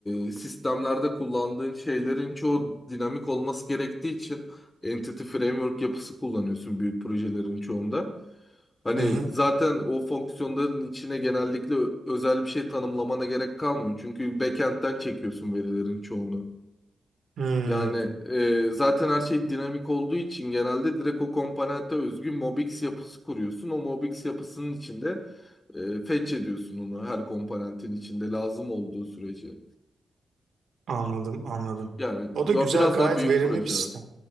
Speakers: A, on the left (about 20°); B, on the right (about 70°).
A: e, sistemlerde kullandığın şeylerin çoğu dinamik olması gerektiği için Entity Framework yapısı kullanıyorsun büyük projelerin çoğunda. Hani
B: Hı hı.
A: zaten o fonksiyonların içine genellikle ö- özel bir şey tanımlamana gerek kalmıyor. Çünkü backend'den çekiyorsun verilerin çoğunu.
B: Hmm,
A: Yani e, zaten her şey dinamik olduğu için genelde direkt o komponente özgü Mobix yapısı kuruyorsun. O Mobix yapısının içinde e, fetch ediyorsun onu her komponentin içinde lazım olduğu sürece.
B: Anladım, anladım.
A: Yani
B: O da güzel,
A: ya biraz
B: gayet
A: daha büyük
B: verimli
A: projeler.
B: bir sistem.